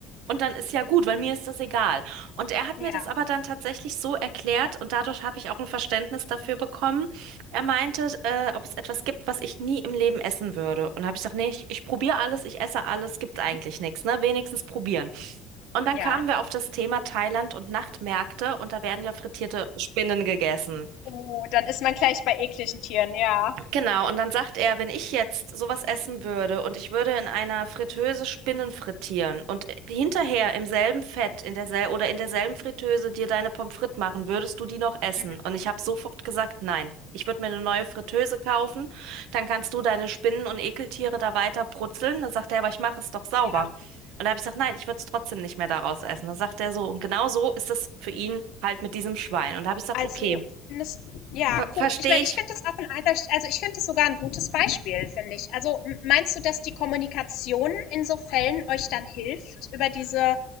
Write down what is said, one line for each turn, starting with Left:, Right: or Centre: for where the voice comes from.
Right: Und dann ist ja gut, weil mir ist das egal. Und er hat
Left: Ja.
Right: mir das aber dann tatsächlich so erklärt und dadurch habe ich auch ein Verständnis dafür bekommen, er meinte, äh, ob es etwas gibt, was ich nie im Leben essen würde. Und habe ich gesagt, nee, ich, ich probiere alles, ich esse alles, Gibt's
Left: Mhm.
Right: eigentlich nichts, ne? Wenigstens probieren. Und dann
Left: Ja.
Right: kamen wir auf das Thema Thailand und Nachtmärkte und da werden ja frittierte Spinnen gegessen.
Left: Oh, dann ist man gleich bei ekligen Tieren, ja.
Right: Genau, und dann sagt er, wenn ich jetzt sowas essen würde und ich würde in einer Fritteuse Spinnen frittieren und hinterher im selben Fett in dersel oder in derselben Fritteuse dir deine Pommes frites machen, würdest du die noch essen?
Left: Mhm.
Right: Und ich habe sofort gesagt, nein. Ich würde mir eine neue Fritteuse kaufen, dann kannst du deine Spinnen und Ekeltiere da weiter brutzeln. Dann sagt er, aber ich mache es doch sauber.
Left: Ja.
Right: Und da habe ich gesagt, nein, ich würde es trotzdem nicht mehr daraus essen. Dann sagt er so, und genau so ist es für ihn halt mit diesem Schwein. Und da habe ich gesagt,
Left: Also,
Right: okay,
Left: findest, ja,
Right: ver
Left: gut.
Right: verstehe
Left: Ich meine,
Right: ich.
Left: ich finde das auch ein eindeutig, also ich finde das sogar ein gutes Beispiel, finde ich. Also, m- meinst du, dass die Kommunikation in so Fällen euch dann hilft, über diese